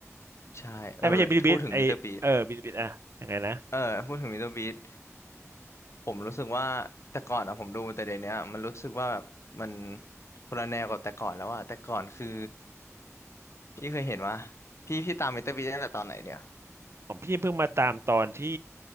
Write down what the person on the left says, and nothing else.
ใช่เออพูดถึงมิสเตอร์บีส
เออพูดถึงมิสเตอร์บีสผมรู้สึกว่าแต่ก่อนอะผมดูแต่เดี๋ยวเนี้ยมันรู้สึกว่าแบบมันคนละแนวกับแต่ก่อนแล้วอะแต่ก่อนคือพี่เคยเห็นว่าพี่พี่ตามมิสเตอร์บีสตั้งแต่ตอนไหนเนี่ย